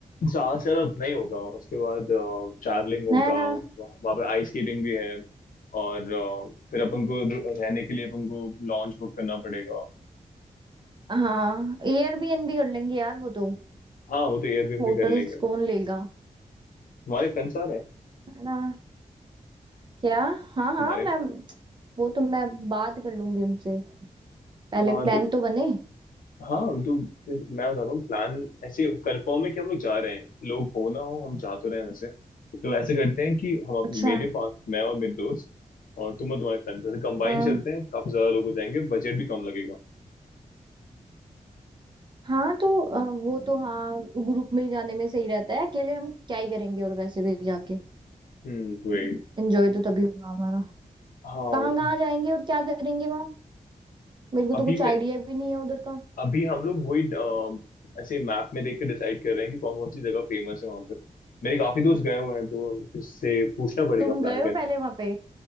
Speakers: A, on the left (about 85°); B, on the right (about 35°).
A: जहाँ से ज्यादा उतना ही होगा उसके बाद ट्रैवलिंग होगा
B: है ना
A: वह- वहाँ पे आइस स्केटिंग भी है और अ, फिर अपन को र- रहने के लिए अपन को लॉन्च बुक करना पड़ेगा
B: हाँ एयरबीएनबी कर लेंगे यार वो तो
A: हाँ वो तो एयरबीएनबी
B: होटल्स
A: कर लेंगे
B: कौन लेगा
A: तुम्हारे फ्रेंड्स आ रहे हैं
B: है ना क्या हाँ हाँ
A: तुम्हारे
B: मैं वो तो मैं बात कर लूंगी उनसे पहले
A: हाँ
B: प्लान
A: तो
B: तो बने
A: हाँ तो फिर मैं बता रहा हूँ प्लान ऐसे कंफर्म है कि हम लोग जा रहे हैं लोग हो ना हो हम जा तो रहे हैं वैसे तो ऐसे करते हैं कि हम
B: अच्छा
A: मेरे पास मैं और मेरे दोस्त और तुम और तुम्हारे फ्रेंड्स ऐसे कंबाइन
B: हम्म
A: चलते हैं काफी ज्यादा लोग हो जाएंगे बजट भी कम लगेगा
B: हाँ तो अ, वो तो हाँ ग्रुप में ही जाने में सही रहता है अकेले हम क्या ही करेंगे और वैसे भी जाके
A: हम्म वही
B: एंजॉय तो तभी होगा हमारा
A: हाँ
B: कहाँ कहाँ जाएंगे और क्या करेंगे वहाँ मेरे को
A: अभी
B: तो कुछ
A: मैं
B: आइडिया भी नहीं है उधर का
A: अभी हम लोग वही अ, ऐसे मैप में देख के डिसाइड कर रहे हैं कि कौन कौन सी जगह फेमस है वहां पर मेरे काफी दोस्त गए हुए हैं तो इससे पूछना पड़ेगा
B: तुम
A: प्लान
B: गए
A: करने
B: हो पहले वहां पे